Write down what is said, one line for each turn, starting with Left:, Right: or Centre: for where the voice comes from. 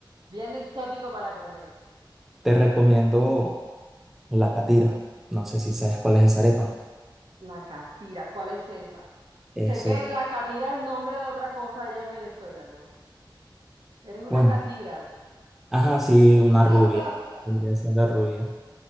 Right: bien exótico para comer.
Centre: Te recomiendo la catira. No sé si sabes cuál es esa arepa.
Right: La catira, ¿cuál es esa?
Centre: Ese,
Right: Sé que la catira es nombre de otra cosa allá en Venezuela, ¿no? Eres una
Centre: bueno,
Right: catira.
Centre: ajá, sí,
Right: <laughs>
Centre: una rubia. Vendría siendo rubia.